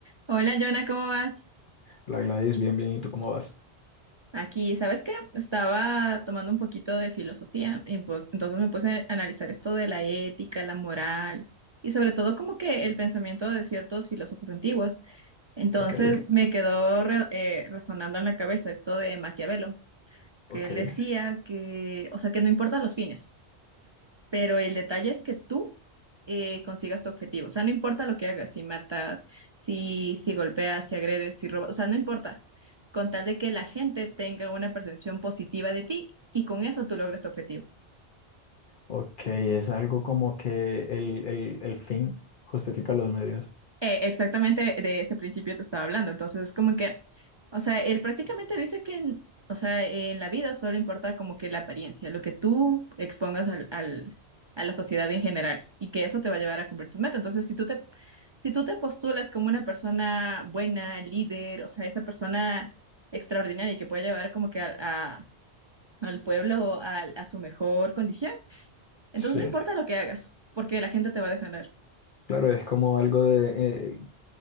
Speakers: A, on the right; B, on the left.
A: Hola, Jonah, ¿cómo vas?
B: La Gladys, bien, bien. ¿Y tú cómo vas?
A: Aquí, ¿sabes qué? Estaba tomando un poquito de filosofía, y po- entonces me puse a analizar esto de la ética, la moral y sobre todo como que el pensamiento de ciertos filósofos antiguos. Entonces
B: Ok,
A: me quedó re- eh, resonando en la cabeza esto de Maquiavelo,
B: ok.
A: que él decía que, o sea, que no importan los fines. pero el detalle es que tú eh, consigas tu objetivo. O sea, no importa lo que hagas, si matas, si, si golpeas, si agredes, si robas, o sea, no importa. Con tal de que la gente tenga una percepción positiva de ti y con eso tú logres tu objetivo.
B: Ok, es algo como que el, el, el fin justifica los medios.
A: Eh, exactamente de ese principio te estaba hablando. Entonces, es como que, o sea, él prácticamente dice que, en- o sea, en la vida solo importa como que la apariencia, lo que tú expongas al, al- a la sociedad en general y que eso te va a llevar a cumplir tus metas. Entonces, si tú te, si tú te postulas como una persona buena, líder, o sea, esa persona extraordinaria que puede llevar como que a- a- al pueblo a, a su mejor condición, entonces
B: Sí.
A: no importa lo que hagas, porque la gente te va a defender.
B: Claro, es como algo de... eh,